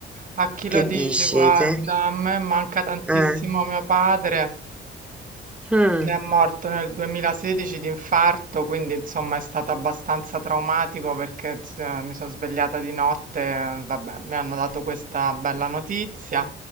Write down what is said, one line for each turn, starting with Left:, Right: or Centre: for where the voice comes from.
Right: A chi
Centre: Che
Right: lo dici?
Centre: dici
Right: Guarda,
Centre: te?
Right: a me manca tantissimo
Centre: Eh?
Right: mio padre.
Centre: Mm.
Right: Che è morto nel 2016 di infarto, quindi insomma è stato abbastanza traumatico perché ts- eh, mi sono svegliata di notte, eh, vabbè, mi hanno dato questa bella notizia